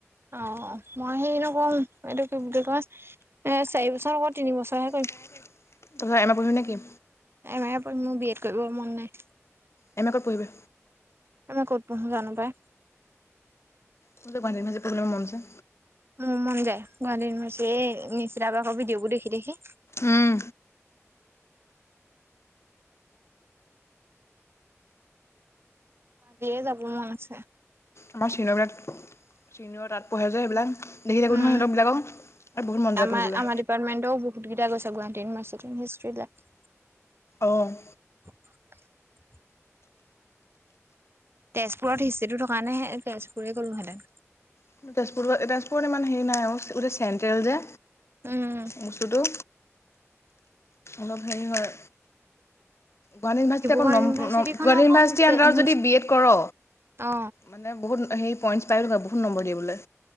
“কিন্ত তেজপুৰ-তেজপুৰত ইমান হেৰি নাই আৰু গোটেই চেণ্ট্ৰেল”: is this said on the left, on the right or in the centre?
Left